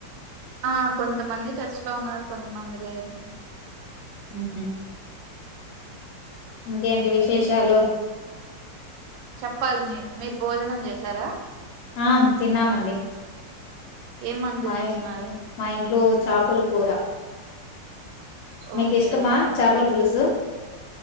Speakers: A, on the right; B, on the left.
A: ఆ కొంతమంది టచ్ లో ఉన్నారు కొంతమంది లేరు
B: మ్మ్ ఇంకేంటి విశేషాలు
A: చెప్పాలి మీ మీరు భోజనం చేసారా
B: ఆ తిన్నామండి
A: ఏం వంట
B: మా
A: చేసినారు
B: మా ఇంట్లో చాపలు కూర మీకు
A: ఓకే
B: ఇష్టమా
A: ఓకే అండి
B: చాపల్ పులుసు